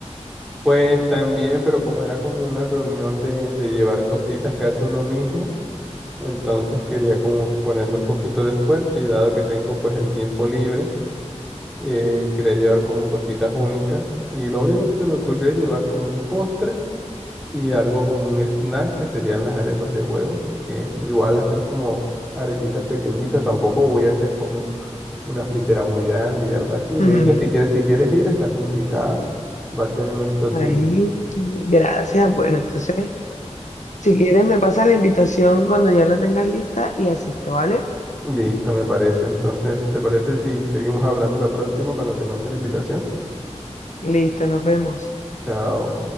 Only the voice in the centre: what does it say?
Pues también, pero como era como una reunión de, de llevar cositas que hace uno mismo. Entonces quería como ponerle un poquito de esfuerzo y dado que tengo pues el tiempo libre, eh, quería llevar como cositas únicas y lo único que se me ocurrió es llevar como un postre y algo como un snack que serían las arepas de huevo, que igual hacer como arepitas pequeñitas, tampoco voy a hacer como una fritera muy grande y algo así.
De hecho, si quieres, si quieres ir, estás invitada, va a ser en estos
días.
Listo, me parece. Entonces, ¿te parece si seguimos hablando la próxima cuando te mande la invitación?
Chao.